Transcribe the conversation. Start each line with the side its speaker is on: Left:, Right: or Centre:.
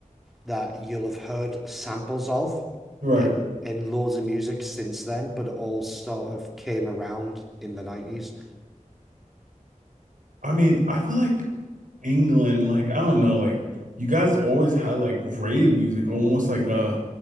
Centre: that you'll have heard samples of
Right: Right.
Centre: in in loads of music since then, but it all sort of came around in the 90s.
Right: I mean, I feel like England, like I don't know, like you guys always had like rave music, almost like uh,